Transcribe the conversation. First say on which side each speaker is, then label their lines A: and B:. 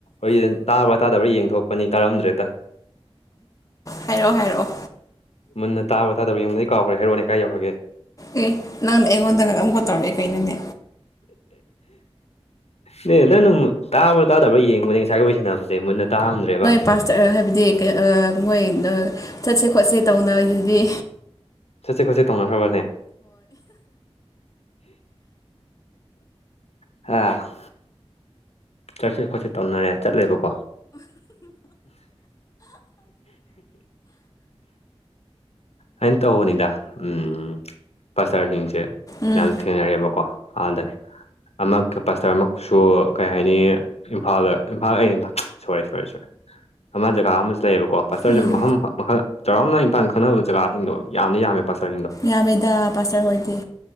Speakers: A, on the left; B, on the left.
A: ꯍꯣꯏ ꯇꯥꯕ꯭ꯔꯥ ꯇꯥꯗꯕ꯭ꯔꯥ ꯌꯦꯡꯊꯣꯛꯄꯅꯤ ꯇꯥꯔꯝꯗ꯭ꯔꯦꯗ
B: ꯍꯥꯏꯔꯣ ꯍꯥꯏꯔꯛꯑꯣ
A: ꯃꯟꯅ ꯇꯥꯕ ꯇꯥꯗꯕ ꯌꯦꯡꯕꯗꯩ ꯀꯥꯎꯈ꯭ꯔꯦ ꯍꯥꯏꯔꯣꯅꯦ ꯀꯥꯏꯌꯧꯈꯔꯒꯦ
B: ꯑꯦ ꯅꯪꯅ ꯑꯩꯉꯣꯟꯗꯒ ꯑꯃꯨꯛ ꯇꯧꯔꯛꯑꯦ ꯀꯩꯅꯣꯅꯦ
A: ꯅꯦ ꯅꯪꯅ ꯇꯥꯕ꯭ꯔꯥ ꯇꯥꯗꯕ꯭ꯔꯥ ꯌꯦꯡꯕꯅꯦ ꯉꯁꯥꯏꯗꯣ ꯋꯥꯔꯤ ꯁꯥꯟꯅꯕ ꯁꯦ ꯃꯨꯟꯅ ꯇꯥꯔꯝꯗ꯭ꯔꯦꯕ
B: ꯥꯄꯥꯥꯁꯇꯔ ꯍꯥꯏꯕꯗꯤ ꯃꯣꯏ ꯆꯠꯁꯦ ꯈꯣꯠꯁꯦ ꯇꯧꯅꯒꯤꯗꯨꯗꯤ
A: ꯆꯠꯁꯦ ꯈꯣꯠꯁꯦ ꯇꯧꯅꯈ꯭ꯔꯕꯅꯦ ꯍꯥ ꯆꯠꯁꯦ ꯈꯣꯠꯁꯦ ꯇꯧꯅꯔꯦ ꯆꯠꯂꯦꯕꯀꯣ ꯍꯥꯏꯅ ꯇꯧꯕꯅꯤꯗ ꯎꯝ ꯄꯥꯥꯁꯇ꯭ꯔꯁꯤꯡꯁꯦ
B: ꯎꯝ
A: ꯌꯥꯝ ꯊꯦꯡꯅꯔꯦꯕꯀꯣ ꯑꯥꯗ ꯑꯃꯛ ꯀ ꯄꯥꯁꯇꯔ ꯑꯃꯈꯛꯁꯨ ꯀꯩ ꯍꯥꯏꯅꯤ ꯏꯝꯐꯥꯜꯗ ꯏꯝꯐꯥꯜ ꯑꯩ ꯁꯣꯏꯔꯦ ꯁꯣꯏꯔꯦ ꯁꯣꯏꯔꯦ ꯑꯃ ꯖꯒꯥ ꯑꯃꯁꯨ ꯂꯩꯌꯦꯕꯀꯣ ꯄꯥꯁꯇꯔꯁꯦ
B: ꯎꯝ
A: ꯃꯐꯝ ꯃꯈꯜ ꯆꯥꯎꯔꯥꯛꯅ ꯏꯝꯐꯥꯟ ꯈꯪꯅꯕ ꯖꯒꯥꯁꯤꯡꯗꯣ ꯌꯥꯝꯗꯤ ꯌꯥꯝꯃꯦ ꯄꯥꯁꯇꯔꯁꯤꯡꯗꯣ
B: ꯌꯥꯝꯃꯦꯗ ꯄꯥꯁꯇꯔ ꯍꯣꯏꯗꯤ